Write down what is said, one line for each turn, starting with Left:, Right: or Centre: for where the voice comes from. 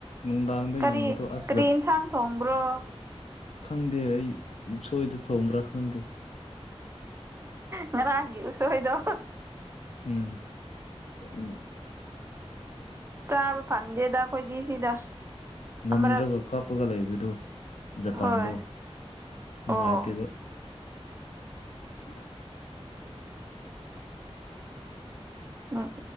Left: ꯅꯨꯡꯗꯥꯡꯗ
Right: ꯀꯔꯤ
Left: ꯌꯦꯡꯕꯗꯣ ꯑꯁ
Right: ꯀꯔꯤ
Left: ꯖꯞ
Right: ꯑꯦꯟꯁꯥꯡ ꯊꯣꯡꯕ꯭ꯔꯣ
Left: ꯈꯪꯗꯦ ꯑꯩ ꯁꯣꯏꯗ ꯊꯣꯡꯕ꯭ꯔꯥ ꯈꯪꯗꯦ
Right: ꯉꯔꯥꯡꯒꯤ ꯎꯁꯣꯏꯗꯣ
Left: ꯎꯝ ꯎꯝ
Right: ꯆꯥꯕ ꯐꯪꯗꯦꯗ ꯑꯩꯈꯣꯏꯗꯤ ꯁꯤꯗ
Left: ꯉꯝꯗ꯭ꯔꯒ
Right: ꯑꯃꯔꯛ
Left: ꯀꯥꯞꯄꯒ ꯂꯩꯕꯗꯨ ꯖꯄꯥꯟꯗꯣ
Right: ꯍꯣꯏ
Left: ꯅꯨꯡꯉꯥꯏꯇꯦꯕ
Right: ꯑꯣ
Left: ꯎꯝ
Right: ꯎꯝ